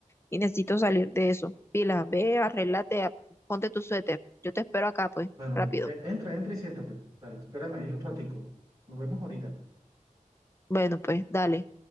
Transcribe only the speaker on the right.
Bueno,
pues e- entra, entra y siéntate. Dale, espérame ahí un ratico. Nos vemos ahorita.